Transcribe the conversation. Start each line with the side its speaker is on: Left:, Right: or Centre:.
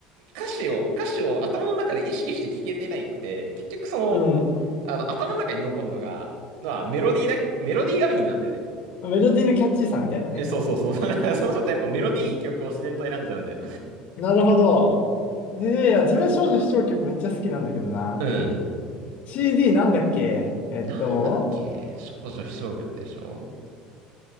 Right: 歌詞を、歌詞を頭の中で意識して聞けてないくて、結局その、
Left: うん。
Right: あの、頭の中に残るのが、まあ、メロディーだ、メロディーがメインなんだよね。
Left: メロディーのキャッチーさみたいなね。
Right: え、そうそうそう。<laughs> そうするとやっぱメロディー曲を自然と選んじゃうんだよ。
Left: うん。なるほど。えー、いや、自分少女視聴曲めっちゃ好きなんだけどな。
Right: うん。
Left: CD なんだっけえっと、
Right: なんだっけ少女悲唱曲でしょ